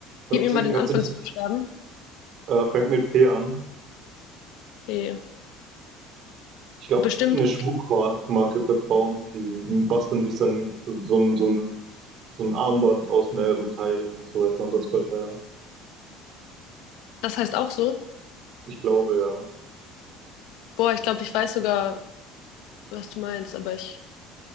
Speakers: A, on the right; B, on the left.
A: Hört
B: gib mir
A: sich,
B: mal den
A: hört
B: Anfangsbuchstaben.
A: sich, Äh, fängt mit P an.
B: Okay.
A: Ich glaube,
B: Bestimmt,
A: es gibt eine Schmuckmarke für Frauen, die basteln sich dann so, so, ein- so, ein- so ein Armband aus mehreren Teilen und so weiter und das fällt da ja.
B: das heißt auch so.
A: Ich glaube ja.
B: Boah, ich glaube, ich weiß sogar, was du meinst, aber ich,